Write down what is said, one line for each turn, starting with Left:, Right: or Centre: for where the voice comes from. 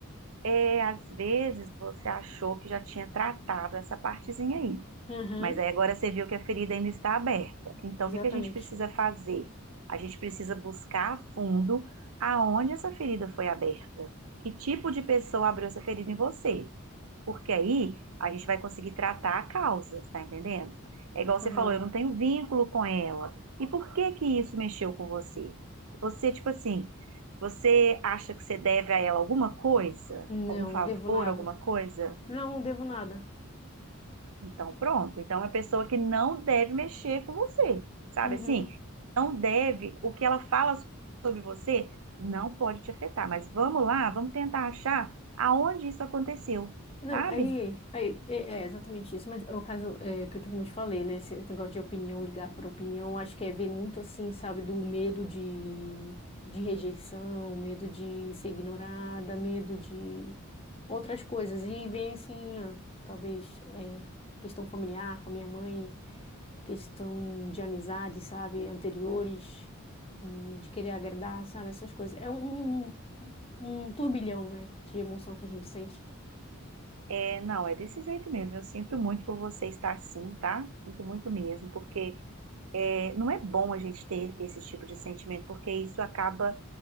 Right: é, às vezes você achou que já tinha tratado essa partezinha aí.
Left: Aham,
Right: Mas aí agora você viu que a ferida ainda está aberta. Então,
Left: exatamente.
Right: o que que a gente precisa fazer? A gente precisa buscar a fundo aonde essa ferida foi aberta. Que tipo de pessoa abriu essa ferida em você? Porque aí a gente vai conseguir tratar a causa, tá entendendo? É igual você
Left: Aham.
Right: falou, eu não tenho vínculo com ela. E por que que isso mexeu com você? Você, tipo assim, você acha que você deve a ela alguma coisa?
Left: Não,
Right: Algum favor,
Left: não devo nada.
Right: alguma coisa?
Left: Não, não devo nada.
Right: Então, pronto. Então, é uma pessoa que não deve mexer com você, sabe
Left: Uhum.
Right: assim? Não deve, o que ela fala sobre você não pode te afetar. Mas vamos lá, vamos tentar achar aonde isso aconteceu,
Left: Não,
Right: sabe?
Left: aí, aí é, é exatamente isso, mas é o caso é, que eu, como eu te falei, né, esse negócio de opinião, ligar para opinião, acho que é ver muito assim, sabe, do medo de, de rejeição, medo de ser ignorada, medo de outras coisas, e vem assim, ó, talvez é, questão familiar com a minha mãe, questão de amizade, sabe, anteriores, e de querer agradar, sabe, essas coisas. É um, um turbilhão, né, de emoção que a gente sente.
Right: É, não, é desse jeito mesmo. Eu sinto muito por você estar assim, tá? Sinto muito mesmo, porque é, não é bom a gente ter esse tipo de sentimento, porque isso acaba